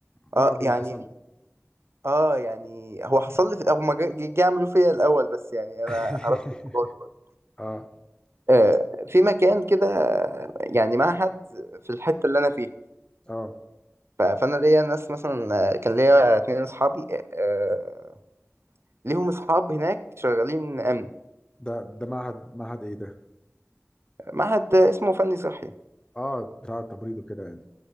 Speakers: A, on the left; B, on the right.
A: مرعب
B: اه يعني
A: للي حصل له
B: اه يعني هو حصل لي في الاول ما جا جا- جا يعملوا فيا الاول بس يعني انا
A: <laughs>
B: عرفت الموضوع دلوقتي.
A: اه
B: آه، في مكان كده آه، يعني معهد في الحته اللي انا فيها
A: اه
B: ف- فانا ليا ناس مثلا آه، كان ليا اتنين اصحابي آه، ليهم اصحاب هناك شغالين امن
A: ده ده معهد معهد ايه ده
B: معهد اسمه فني صحي
A: اه بتاع التمريض وكده يعني